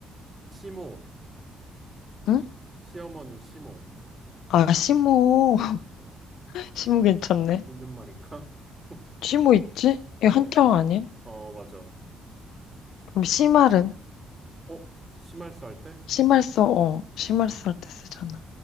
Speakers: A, on the right; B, on the left.
A: 시모.
B: 응?
A: 시어머니 시모.
B: 아, 시모. <laughs>
A: 응.
B: 시모 괜찮네.
A: 있는 말인가? <laughs>
B: 시모 있지? 이거
A: 어, 어.
B: 한자어 아니야?
A: 어, 맞아.
B: 그럼 시말은?
A: 어, 심할수 할 때?
B: 시말서, 어. 시말서 할 때 쓰잖아.